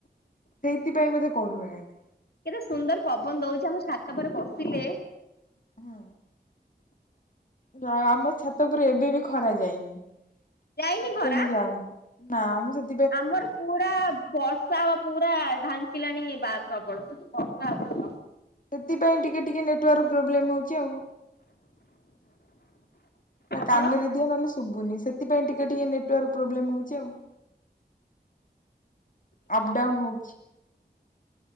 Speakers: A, on the left; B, on the left.
A: ସେଇଥିପାଇଁ ବୋଧେ କରୁନାହାନ୍ତି।
B: ଏତେ ସୁନ୍ଦର ପବନ ଦୋଉଚି ଆମ ଛାତ ପରେ ବସିଲେ।
A: ହୁଁ। ମୋ ଆମ ଛାତ ଉପୁରୁ ଏବେ ବି ଖରା ଯାଇନି। ସେଥିପାଇଁ
B: ଯାଇନି ଖରା
A: ମୁ ଯାଉନି। ନା ମୁଁ ସେଥ୍
B: ଆମର ପୁରା ବଷ ର୍ଷା ହବା ପୁରା ଢାଙ୍କିଲାଣି ବା ପ୍ରବଳ ବର୍ଷା ହବ।
A: ସେଥିପାଇଁ ଟିକେ ଟିକେ ନେଟୱାର୍କ ପ୍ରୋବ୍ଲେମ୍ ହୋଉଚି ଆଉ। ନା କାନରେ
B: କଣ
A: ଦିଅ ନହେଲେ ଶୁବୁନି। ସେତିପାଇଁ ଟିକେ ଟିକେ ନେଟୱାର୍କ ପ୍ରୋବ୍ଲେମ ହୋଉଚି ଆଉ। ଆପ୍ ଡାଉନ ହୋଉଛି।